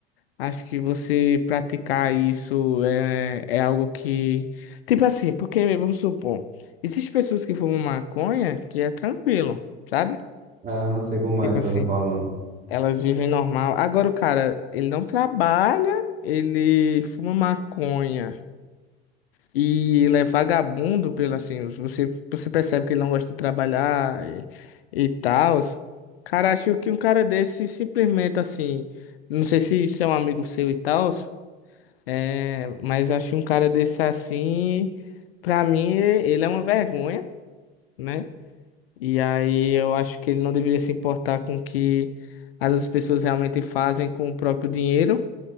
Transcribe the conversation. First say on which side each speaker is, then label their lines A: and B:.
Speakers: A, on the left; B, on the right.
A: Acho que você praticar isso é, é algo que. Tipo assim, porque vamos supor, existem pessoas que fumam maconha que é tranquilo, sabe?
B: Aham, sei como
A: Tipo
B: é que
A: assim,
B: tu tá falando.
A: elas vivem normal. Agora o cara, ele não trabalha, ele fuma maconha. E ele é vagabundo pelo assim, os- você, você percebe que ele não gosta de trabalhar e, e tal. Cara, acho que um cara desse simplesmente assim, não sei se isso é um amigo seu e tal, é, mas acho que um cara desse assim, pra mim, ele é uma vergonha, né? E aí eu acho que ele não deveria se importar com o que as outras pessoas realmente fazem com o próprio dinheiro.